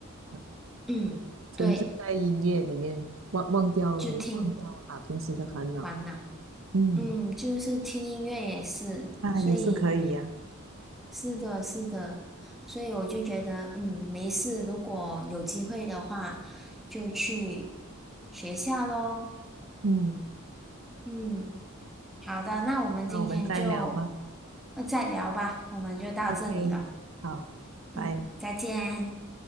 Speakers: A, on the right (about 70°); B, in the centre.
A: 啊
B: 嗯，
A: 沉醉在音乐里面，
B: 对，
A: 忘忘掉忘掉啊平时的烦恼，
B: 就听烦恼。
A: 嗯，
B: 嗯，就是听音乐也是，
A: 啊，
B: 所以
A: 也是可以呀、
B: 是的，是的，所以我就觉得，嗯，没事，如果有机会的话，就去学校喽。
A: 嗯。
B: 嗯，好的，那我们今天就
A: 那我们再聊吧。
B: 呃再聊吧，我们就到这里了。
A: OK，好，拜。
B: 嗯，再见。